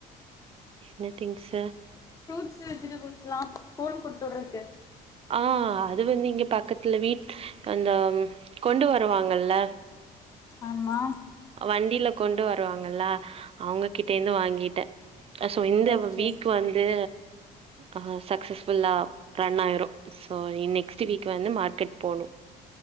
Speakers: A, on the right; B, on the left.
A: என்ன திங்ஸ்
B: ஃப்ரூட்ஸ் வெஜிடபிள்ஸ்லாம் ஸ்கூல் குடுத்துட்ருக்கு
A: ஆஹ் அது வந்து இங்க பக்கத்துல வீட் அந்த கொண்டு வருவாங்கல்ல
B: ஆமா
A: வண்டியில கொண்டு வருவாங்கல்ல அவங்ககிட்டே இருந்து வாங்கிட்டேன் ஸோ இந்த
B: ஓ சேரி
A: வீக்
B: சேரி
A: வந்து ஆஹ சக்சஸ் ஃபுல்லா ரன் ஆயிரும் ஸோ நீ நெக்ஸ்டு வீக் வந்து மார்க்கெட் போணும்